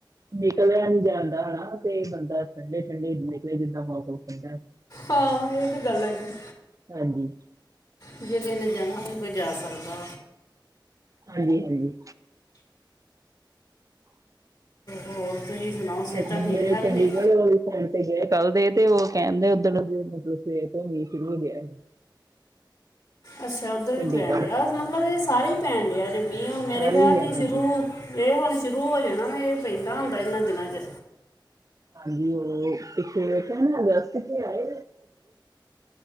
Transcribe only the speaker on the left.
ਹਾਂ ਇਹ ਤੇ ਗੱਲ ਹੈਗੀ।
ਜੇ ਕਿਸੇ ਨੇ ਜਾਣਾ ਹੋਵੇ ਤੇ ਜਾ ਸਕਦਾ।
ਹੋਰ ਤੁਸੀਂ ਸੁਣਾਓ
ਸਿਹਤਾਂ ਠੀਕ
ਠਾਕ
ਨੇ
ਅੱਛਾ ਉੱਧਰ ਵੀ
ਪੈਣ ਡਿਆ ਮਤਲਬ ਇਹ ਸਾਰੇ ਹੀ ਪੈਣ ਡਿਆ ਜੇ ਮੀਂਹ ਹੁਣ ਮੇਰੇ
ਖਿਆਲ
'ਚ
ਸ਼ੁਰੂ। ਇਹ ਹੁਣ ਸ਼ੁਰੂ ਹੋ ਜਾਣਾ ਇਹ ਪੈਂਦਾ ਹੁੰਦਾ ਇਹਨਾਂ ਦਿਨਾਂ ਚ।